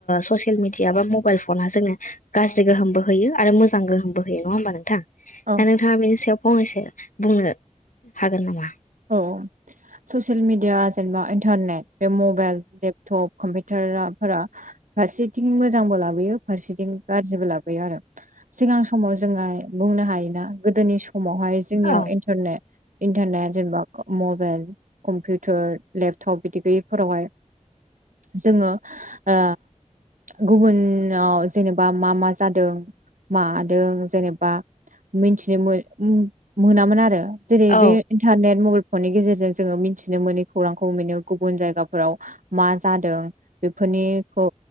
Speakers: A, on the left; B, on the right.
A: ओ सेल मिडिया बा मबाइल फना जोंनो गाज्रि गोहोमबो होयो आरो मोजां गोहोमबो होयो नङा होमबा नोंथां दा
B: औ
A: नोंथाङा बेनि सायाव फंनैसो बुंनो हागोन नामा
B: औ ससियेल मिेडिया जेनेबा इन्टारनेट बे मबाइल लेपटप कम्पिउटाराफोरा फारसेथिं मोजांबो लाबोयो फारसेथिं गाज्रिबो लाबोयो आरो सिगां समाव जोंहा बुंनो हायोना गोदोनि समावहाय जोंनियावन्टारने
A: औ
B: इन्टारनेट जेनेबा मबाइल कम्पिउटार लेपटप बिदि गैयैफोरावहाय जोङो ओ गुबुनाव जेनेबा मा मा जादों मादों जेनेबा मिथिनो मो उम मोनामोन आरो जेरै
A: औ
B: बे नेट मबाइल फननि गेजेरजों जोङो मिथिनो मोनै खौरांखौ मोनो गुबुन जायगाफोराव मा जादों बेफोरनिखौ